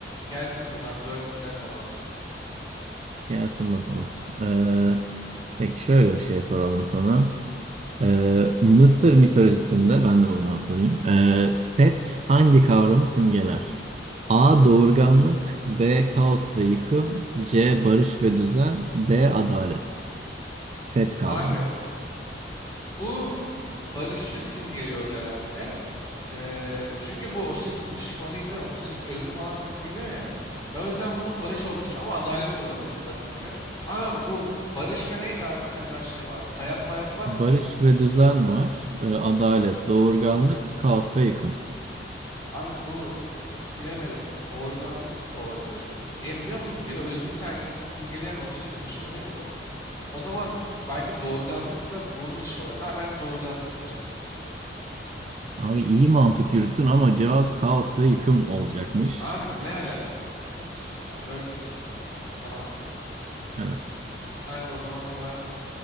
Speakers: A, on the left (about 20°); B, on the right (about 35°).
A: Gelsin sonra abi 4-2'den devam.
B: Gelsin bakalım. Ee, peki şöyle bir şey soralım sana. Ee, Mısır mitolojisinde ben de oradan sorayım. Ee, Set hangi kavramı simgeler? A. Doğurganlık B. Kaos ve yıkım C. Barış ve düzen D. Adalet Set kavramı.
A: Abi bu barışı simgeliyordu herhalde. Ee, çünkü bu Osiris'in düşmanıydı. Osiris de ölümü falan simgeliyor ya. Ben o yüzden bunun barış olduğunu düşünüyorum. Ama adalet de olabilir bakınca. Ama ben bu barış ve neydi abi bir tane daha şey vardı. Hayat mayat var
B: Barış
A: mı?
B: ve düzen var. Ee, adalet, doğurganlık, kaos ve yıkım.
A: Abi bu bilemedim. Doğurganlık da olabilir. Niye biliyor musun? Biri ölümü ser- simgeleyen Osiris'in düşmanıydı bu. O zaman belki doğurganlık da bunun işi olabilir. Abi ben doğurganlık diyeceğim.
B: Abi iyi mantık yürüttün ama cevap kaos ve yıkım olacakmış.
A: Abi ne alaka? ya? Çok saçma. Dört iki Devam.
B: Evet.
A: Ben de o zaman sana